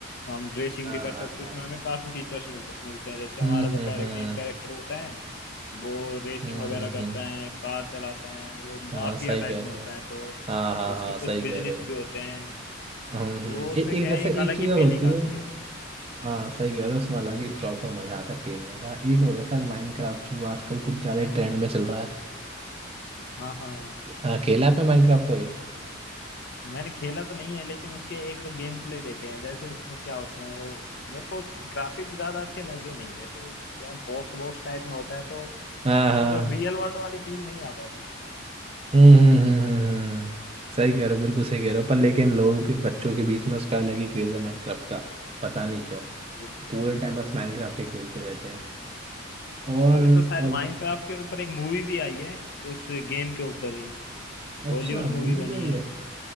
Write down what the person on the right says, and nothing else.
हाँ
हाँ
हाँ
हम्म
हम्म
हम्म
हम्म
हम्म हम्म,
हाँ
सही
कह
रहे
हो
हाँ हाँ
हाँ
सही कह
रहे हो
हम्म
हम्म
ए, एक
जैसे
एक
चीज़
और
होती है
हाँ सही कह रहे हो उसमें अलग ही प्रॉपर मजा आता है खेलने का एक और है सर माइनक्राफ्ट जो आजकल कुछ ज्यादा ट्रेंड में चल रहा है
हाँ खेला है आपने माइनक्राफ्ट को भी
हाँ
हाँ
हम्म हम्म हम्म हम्म, हम्म। सही कह रहे हो बिल्कुल सही कह रहे हो पर लेकिन लोगों के बच्चों के बीच में उसका अलग ही क्रेज है माइनक्राफ्ट का पता नहीं क्यों
पूरे टाइम बस माइनक्राफ्ट ही खेलते रहते हैं और
और
अच्छा
मूवी
में ही
है